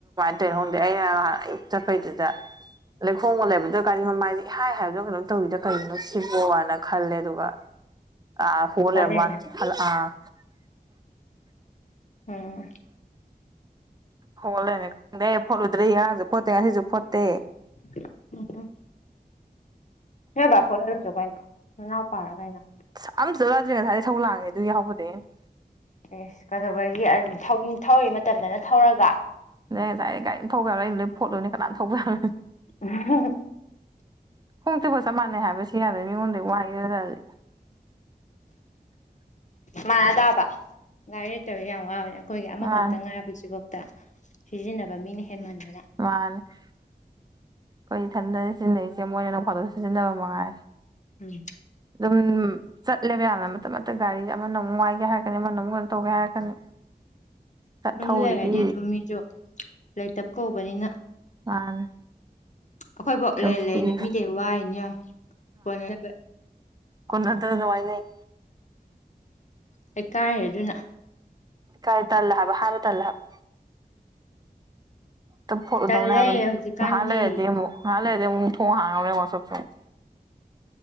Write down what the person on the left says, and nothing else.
ꯍꯣꯜꯂꯦꯅ
ꯎꯝ
<unintelligible> ꯅꯣꯏ ꯕꯥ ꯐꯣꯠꯍꯜꯂꯨ ꯆꯣ ꯀꯩꯅꯣ ꯅꯅꯥꯎꯄꯥ ꯔꯥ ꯀꯩꯅꯣ
ꯌꯦꯁ ꯀꯩꯗꯧꯕꯒꯤ ꯑꯟ ꯊꯧꯏ ꯊꯧꯔꯤ ꯃꯇꯝꯗꯅ ꯊꯧꯔꯒ
<inaudible>
ꯃꯥꯅꯥ ꯇꯥꯕ ꯒꯥꯔꯤ ꯂꯩꯇꯕꯁꯤ ꯌꯥꯝ ꯋ꯭ꯥꯕꯅꯤ ꯑꯩꯈꯣꯏꯒꯤ ꯑꯃꯈꯛꯇ
ꯉꯥꯔꯤꯕꯁꯤꯕꯣꯏ ꯇ ꯁꯤꯖꯤꯟꯅꯕ ꯃꯤꯅ ꯍꯦꯟꯃꯜꯂꯦ
ꯎꯝ
ꯑꯗꯨꯝ
ꯂꯩꯔꯗꯤ ꯑꯗꯨꯝ ꯃꯤꯁꯨ ꯂꯩꯇꯕ ꯀꯧꯕꯅꯤꯅ
ꯑꯩꯈꯣꯏꯐꯥꯎ
ꯂꯩꯅ ꯂꯩꯅ
ꯃꯤꯗꯩ ꯋꯥꯅꯤ ꯀꯣꯟꯅꯅꯕ
ꯂꯩꯀꯥꯏꯔꯗꯨꯅ
ꯇꯜꯂꯦ
ꯍꯧꯖꯤꯛꯀꯥꯟꯗꯤ